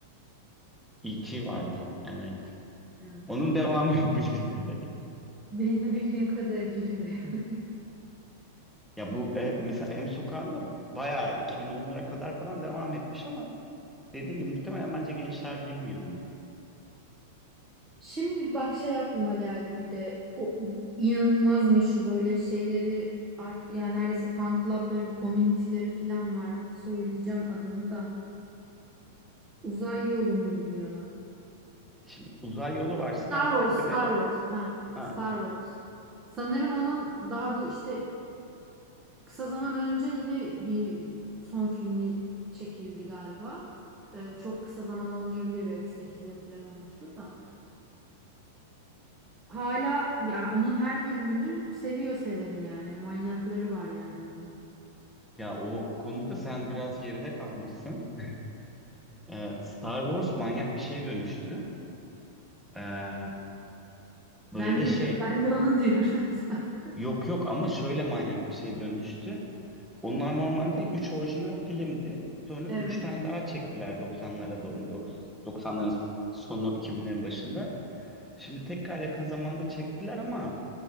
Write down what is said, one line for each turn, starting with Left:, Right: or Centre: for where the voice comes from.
Centre: E.T. vardı evet.
Right: Yani
Centre: Onun devamı yok bildiğim kadarıyla.
Right: benim <laughs> bildiğim kadarıyla da yani.
Centre: Ya bu e, mesela Em Sokağı'nda bayağı 2010'lara kadar falan devam etmiş ama dediğin gibi muhtemelen bence gençler bilmiyor onu.
Right: Şimdi bak şey aklıma geldi bir de o inanılmaz meşhur böyle şeyleri artık yani neredeyse fan club'ları bir community'leri falan var. Söyleyeceğim adını da. Uzay yolu muydu ya?
Centre: Şimdi uzay yolu var Star
Right: Star
Centre: Trek
Right: Wars,
Centre: bir
Right: Star
Centre: de
Right: Wars. Ha,
Centre: ha,
Right: Star Wars. Sanırım onun daha bu işte kısa zaman önce yine bir son filmi çekildi galiba. Ee, çok kısa zaman olmayabilir belki 8 yıl falan olmuştur da. Hala ya onun her bölümünü seviyor seveni yani. Manyakları var yani onun.
Centre: ya o konuda sen biraz geride kalmışsın. <laughs> E, Star Wars manyak bir şeye dönüştü. E, böyle
Right: Ben ne
Centre: şey
Right: diyorum? Ben de onu <laughs> diyorum zaten.
Centre: yok yok ama şöyle manyak bir şeye dönüştü. Onlar normalde 3 orijinal filmdi. Sonra
Right: Evet.
Centre: 3 tane daha çektiler 90'lara doğru. Dok- 90'ların sonu 2000'lerin başında. Şimdi tekrar yakın zamanda çektiler ama